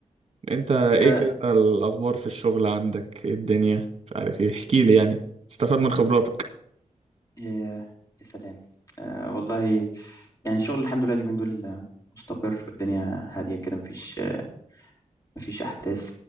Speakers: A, on the right; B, on the left.
A: انت ايه
B: انت
A: كده الاخبار في الشغل عندك ايه الدنيا مش عارف ايه احكيلي يعني استفاد من خبراتك
B: يا يا سلام أه والله يعني الشغل الحمد لله اليومين دول آه، مستقر الدنيا هاديه كده مفيش آه، مفيش احداث